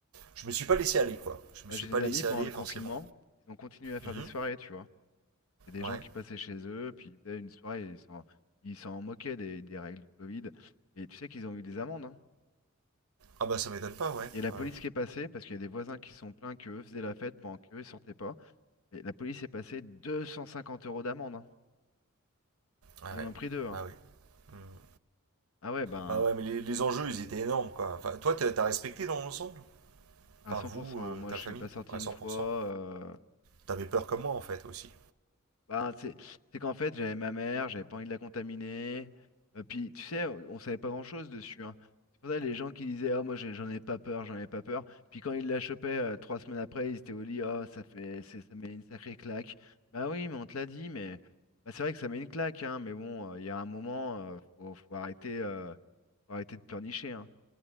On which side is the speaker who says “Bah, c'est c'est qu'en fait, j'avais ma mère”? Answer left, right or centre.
Left